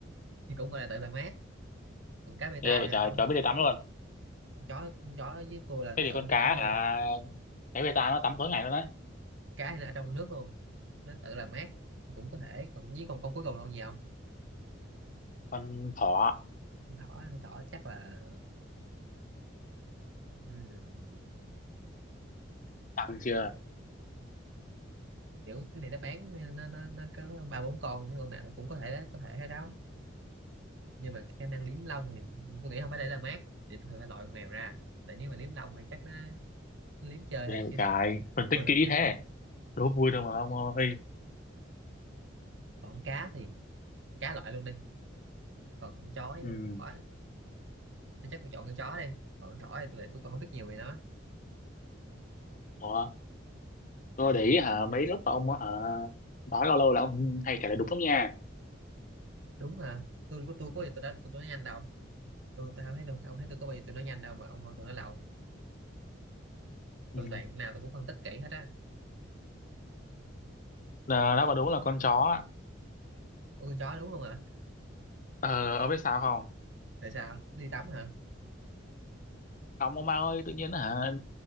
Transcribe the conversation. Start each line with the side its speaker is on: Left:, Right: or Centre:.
Right: thì cũng gọi là tự làm mát còn cá bê tai
Left: Ghê vậy
Right: là
Left: trời,
Right: ở trong
Left: chó biết đi tắm luôn.
Right: con chó con chó với tôi là nó
Left: Thế thì
Right: tự
Left: con
Right: đi
Left: cá
Right: tắm luôn
Left: hả? Cá bê ta nó tắm tối ngày luôn đấy.
Right: cá thì nó ở trong nước luôn nó tự làm mát thì cũng có thể còn với con con cuối cùng là con gì không
Left: Con thỏ,
Right: con thỏ con thỏ chắc là ừm,
Left: tắm chưa?
Right: kiểu cái này nó bán nó nó nó có ba bốn con con nào cũng có thể có thể hết đó nhưng mà khả năng liếm lông thì tôi nghĩ không phải để làm mát thì tôi phải loại con mèo ra tại nếu mà liếm lông thì chắc nó liếm chơi
Left: Ghê
Right: thôi
Left: vậy
Right: chứ
Left: trời.
Right: <laughs>
Left: Phân tích
Right: không làm
Left: kỹ
Right: mát
Left: thế. Đố vui thôi mà
Right: còn,
Left: ông ơi.
Right: còn con cá thì con cá loại luôn đi còn con chó
Left: Ừ.
Right: con thỏ thì chắc tôi chọn con chó đi còn con thỏ thì tôi tôi còn không biết nhiều về nó
Left: Ủa? Tôi để ý hả mấy lớp ông á hả nói lâu lâu là ông hay kể lại đúng lắm nha
Right: đúng hả tôi có tôi có gì tôi đã tôi nói nhanh đâu tôi, tôi không thấy tôi ông thấy tôi có bao giờ tôi nói nhanh đâu mà ông hỏi tôi nói lâu
Left: ừ.
Right: tôi toàn nào tôi cũng phân tích kỹ hết á
Left: là nó mà đúng là con chó á.
Right: Ủa con chó đúng luôn hả
Left: ờ ông biết sao không
Right: tại sao đi tắm hả
Left: ông ông Mao ơi tự nhiên hả